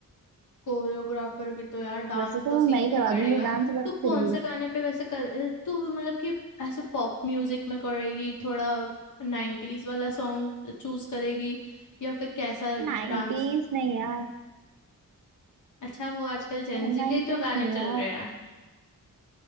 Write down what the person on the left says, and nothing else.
कोरियोग्राफर भी तो यार डांस
तो सीखना
ही पड़ेगा
तू कौन
से गाने पे वैसे कर तू मतलब कि ऐसे पॉप म्यूजिक में करेगी थोड़ा 90s वाला सॉन्ग चूज करेगी या फिर कैसा
डांस
अच्छा वो आजकल जेंजी
के जो गाने
चल
रहे हैं